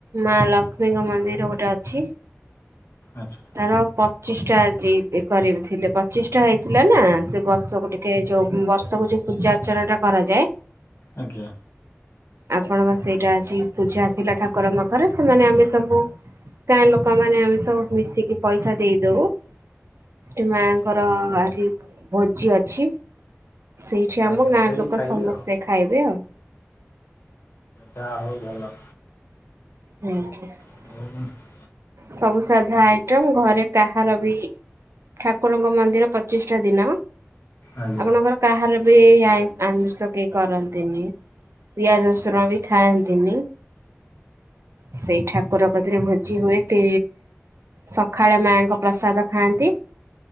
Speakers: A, on the right; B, on the left.
A: ମା ଲକ୍ଷ୍ମୀଙ୍କ ମନ୍ଦିର ଗୋଟେ ଅଛି।
B: ଆଚ୍ଛା
A: ତାର ପଚିଶଟା ଆଜି କରିଥିଲେ। ପଚିଶଟା ହେଇଥିଲା ନା ସେ ବର୍ଷ ଗୋଟେ ଏ ଯୋଉ ବର୍ଷକୁ ଯୋଉ ପୂଜା ଅର୍ଚ୍ଚନା ଟା କରାଯାଏ
B: ଆଜ୍ଞା
A: ଆପଣଙ୍କ ସେଇଟା ଆଜି ପୂଜା ଥିଲା ଠାକୁର ମାକର ସେମାନେ ଆମେ ସବୁ ଗାଁ ଲୋକମାନେ ଆମେ ସବୁ ମିଶିକି ପଇସା ଦେଇଦଉ। ଏ ମାଙ୍କର ଆଜି ଭୋଜି ଅଛି। ସେଇଠି ଆମ
B: ଆଚ୍ଛା
A: ଗାଁ
B: ସେଇଠି
A: ଲୋକ
B: ଖାଇବେ
A: ସମସ୍ତେ
B: ଆଉ।
A: ଖାଇବେ ଆଉ।
B: ଯା ହଉ ଭଲ।
A: <inaudible>
B: <inaudible>
A: ସବୁ ସାଧା ଆଇଟମ୍ ଘରେ କାହାର ବି ଠାକୁରଙ୍କ ମନ୍ଦିର ପଚିଷ୍ଟା ଟା ଦିନ
B: ଆଜ୍ଞା
A: ଆପଣଙ୍କର କାହାର ବି ଆ ଆମିଷ କେହି କରନ୍ତିନି। ପିଆଜ ରସୁର ବି ଖାଆନ୍ତିନି। ସେଇ ଠାକୁର କତିରେ ଭୋଜି ହୁଏ ତି ସକାଳେ ମାଙ୍କ ପ୍ରସାଦ ଖାଆନ୍ତି।